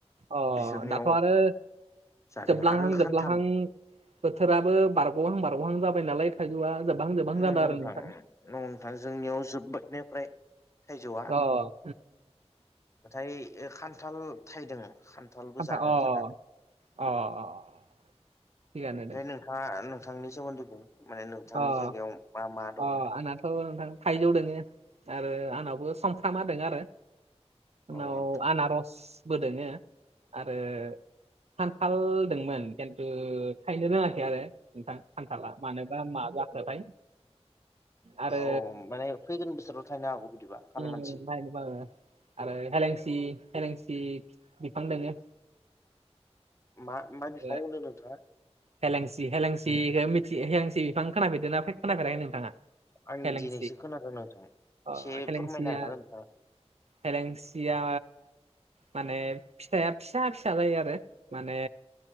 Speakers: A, on the right; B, on the left.
A: अ
B: बिसोरनियाव
A: दाख' आरो
B: जादों
A: जोबलांहां
B: आरो खान्थाल
A: जोबलांहां बोथोराबो बारग'हां बारग'हां जाबाय नालाय थाइजौआ जोबहां जोबहां
B: नंगौ
A: जादों आरो नोंथां
B: नंगौ नोंथां जोंनियाव जोब्बायनो फ्राय थाइजौआ
A: औ
B: नाथाय खान्थाल थाइदों खथालबो
A: खान्थाल
B: जादों
A: अ
B: जानायालाय
A: अ अ थिगानो
B: ओमफ्राय
A: दों
B: नों <unintelligible> नोंथांनि सोमोन्दै बुं माने नोंथांनि
A: अ
B: जायगायाव मा मा दं
A: अ आंनाथ' नोंथां थाइजौ दोङो आरो आंनावबो संफ्रामा द आरो उनाव
B: अ नोंथां
A: आनारसबो दोङो आरो खान्थाल दंमोन खिन्थु थाहायनो रोङाखै आरो नोंथां फानथाला मानोबा मा जाखोथाय आरो
B: औ माने फैगोन बोसोरावल' थाहैनो हागौ बिदिबा खा
A: उम
B: मानसि
A: नायनोबो आरो हेलेंसि हेलेंसि बिफां दोङो
B: मा म बिफांवदों
A: आरो
B: नोंथा
A: हेलेंसि हेलेंसिखौ मि हेलेंसि बिफां खोनाफेरददोंनाा खोनाफेराखै नोंथाङा
B: आं
A: हेलेंसि
B: दिनैसो खोनादों नोंथाङा
A: अ
B: एसे
A: हेलेंसिया
B: फोरमायनो हागोन नोंथाङा
A: हेलेंसिया माने फिथाइया फिसा फिसा जायो आरो माने